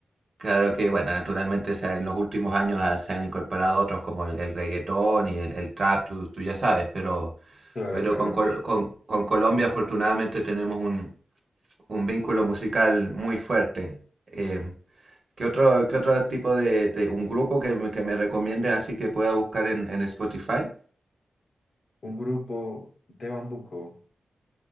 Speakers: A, on the right (about 45°); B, on the left (about 55°).
A: Claro que, bueno, naturalmente se ha- en los últimos años ha- se han incorporado otros como el, el reggaetón y el, el trap, tú, tú ya sabes, pero,
B: Claro,
A: pero
B: claro.
A: con, Col- con, con Colombia afortunadamente tenemos un, un vínculo musical muy fuerte. Eh, ¿Qué otro, qué otro tipo de, de un grupo que, me- que me recomiende así que pueda buscar en, en Spotify?
B: Un grupo de Bambuco.